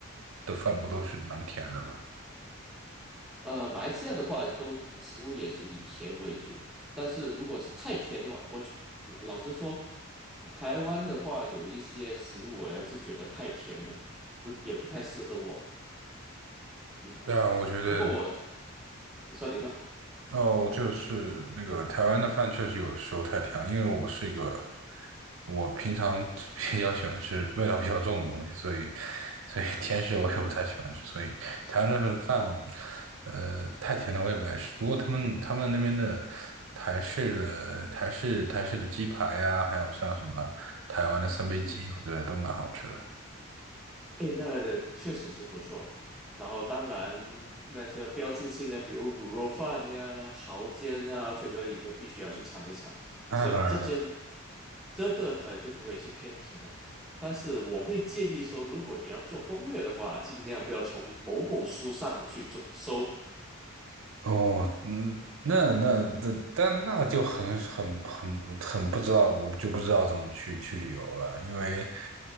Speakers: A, on the right (about 65°); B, in the centre.
A: 的饭不都是蛮甜的吗？
B: 呃，马来西亚的话，都食物也是以甜为主，但是如果是太甜的话，我觉老实说，台湾的话有一些食物我还是觉得太甜了，不也不太适合我。嗯，
A: 对啊，我觉得。
B: 不过我，你说你说，
A: 哦，就是那个台湾的饭确实有的时候太甜了因为我是一个我平常 <laughs> 比较喜欢吃味道比较重的东西，所以所以 <laughs> 甜食我也不太喜欢吃，
B: 嗯，
A: 所以台湾的饭
B: 哦，
A: 呃太甜的我也不爱吃。不过他们他们那边的台式的台式台式的鸡排呀、还有像什么台湾的三杯鸡，
B: 嗯。
A: 我觉得都蛮好吃的。
B: 诶，那个的确实是不错。然后，当然那些标志性的，比如卤肉饭呀、蚝煎啊，觉得你都必须要去尝一尝。
A: 啊那当然了，
B: 这这间这个可能就不会去偏甜了。但是我会建议说，如果你要做攻略的话，尽量不要从某某书上去做搜。
A: 哦，嗯，那那那，但那就很很很不很不知道，我就不知道怎么去去旅游了，因为